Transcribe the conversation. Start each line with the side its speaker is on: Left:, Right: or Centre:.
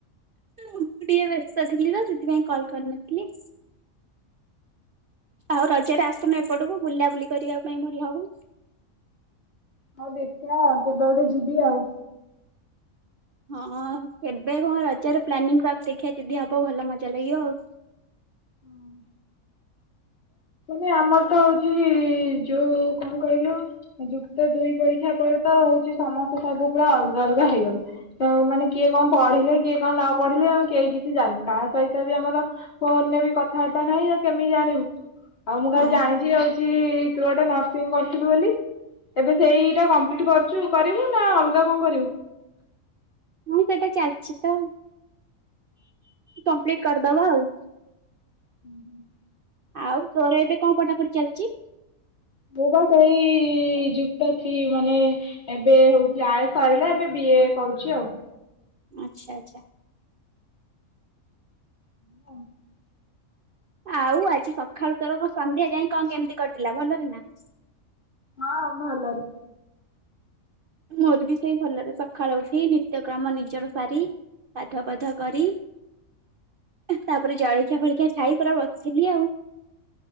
Right: ମୁଁ ଟିକେ ବ୍ୟସ୍ତ ଥିଲି ତ ସେଥିପାଇଁ କଲ କରିନଥିଲି। ଆଉ ରଜାରେ ଆସୁନ ଏପଟକୁ ବୁଲା ବୁଲି କରିବା ପାଇଁ ଭଲ ହବ?
Left: ହଁ ଦେଖିବା ଆଉ କେବେ ଗୋଟେ ଯିବି ଆଉ
Right: ହଁ ଏବେ କଣ ରଜାରେ ପ୍ଲାନିଂ ଶିଖିିବା ଦିଦି ହବ ଭଲ ମଜା ଲାଗିବ ଆଉ
Left: ହଁ କେ ଆମର ତ ହଉଛି ଯୋଉ କଣ କହିଲୁ ଯୁକ୍ତ ଦୁଇ ପରୀକ୍ଷା ପରେ ତ ହଉଛି ସମସ୍ତେ ସବୁ ପା ଅଲଗା ଅଲଗା ହେଇଗଲେ ମାନେ କିଏ କଣ ପଢିଲେ କିଏ କଣ ନ ପଢିଲେ ଆମେ କେହି କିଛି ଜାଣିନୁ କାହା ସହିତ ବି ଆମର ଫୋନ ରେ ବି କଥାବାର୍ତ୍ତା ନାହିଁ ଆଉ କେମିତି ଜାଣିବୁ ଆଉ ମୁଁ କାଲି
Right: ହଁ
Left: ଜାଣିଛି
Right: ହଁ
Left: ଯାଉଛି ତୁ ଗୋଟେ ନର୍ସିଂ କରିଥିଲୁ ବୋଲି ଏବେ ସେଇଟା କମ୍ପ୍ଲି କରି କରିବୁ ନା ଅଲଗା କଣ କରିବୁ
Right: ମୁଁ ସେଇଟା ଚାଲିଛି ତ କମ୍ପ୍ଲିଟ କରିଦବା ଆଉ
Left: ହୁଁୁଁ <inaudible>
Right: ଆଉ ତୋର ଏବେ କଣ ପଠା ପଢି ଚାଲିଛି
Left: ମୁଁ ବା ସେଇ ଯୁକ୍ତ ମାନେ ଏବେ ହଉଛି ଆୟ ସାରିଲା ଏବେ ବି ଏ କରୁଛି ଆଉ
Right: ଆଚ୍ଛା ଆଚ୍ଛା
Left: <unintelligible>
Right: ଆଉ ଆଜି ସକାଳୁ ତୋର ସନ୍ଧ୍ୟା ଯାଏଁ କଣ କେମିତି କଟିଲା ଭଲରେନା।
Left: ହଁ ଭଲରେ
Right: ମୋରବି ସେଇ ଭଲରେ ସକାଳୁ ଉଠି ନିତ୍ୟକ୍ରମ ନିଜର ସାରି ଗାଧୁଆ ପାଧୁଆ କରି। ତାପରେ ଜଳଖିଆ ଫଳଖିଆ ଖାଇ ପୁରା ବସିଥିଲି ଆଉ